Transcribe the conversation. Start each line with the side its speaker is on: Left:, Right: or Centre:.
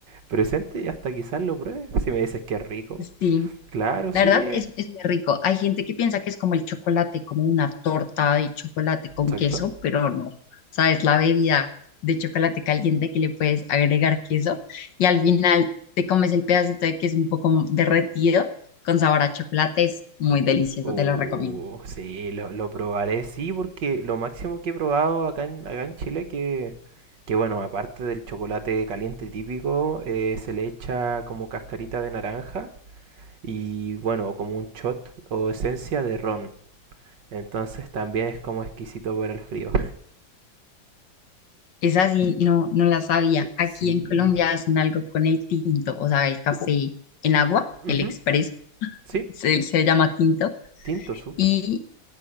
Right: presente y hasta quizás lo pruebe. Si me dices que es rico.
Left: Sí,
Right: Claro, sí,
Left: la verdad
Right: eh,
Left: es, es muy rico. Hay gente que piensa que es como el chocolate, como una torta de chocolate con
Right: exacto.
Left: queso, pero no. O sea, es la bebida de chocolate caliente que le puedes agregar queso y al final te comes el pedacito de queso un poco derretido con sabor a chocolate. Es muy delicioso,
Right: Uh,
Left: te lo recomiendo.
Right: sí, lo, lo probaré, sí, porque lo máximo que he probado acá en, acá en Chile que, que bueno, aparte del chocolate caliente típico, eh, se le echa como cascarita de naranja y bueno, como un shot o esencia de ron. Entonces también es como exquisito por el frío.
Left: Esa sí, no, no la sabía. Aquí
Right: Sí.
Left: en Colombia hacen algo con el tinto, o sea, el café en agua,
Right: Ujú,
Left: el expreso,
Right: Sí,
Left: se, se llama tinto.
Right: tinto, súper.
Left: Y,